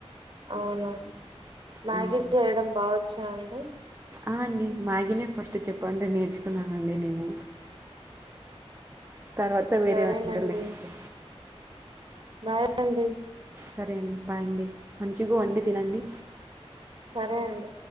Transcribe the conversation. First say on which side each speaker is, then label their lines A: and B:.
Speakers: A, on the right; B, on the right.
A: అవునా అండి మ్యాగీ
B: మ్మ్.
A: చేయ్డం బాగోచ్చా అండి
B: ఆ అండి మ్యాగీనే ఫస్ట్ చెప్పండి నేర్చుకున్నానండి నేను తర్వాత వేరే
A: సరేనండి
B: వాన్టల్ నేర్చు
A: బాయ్ అండి
B: సరే అండి బాయ్ అండి మంచిగ వండి తినండి
A: సరే అండి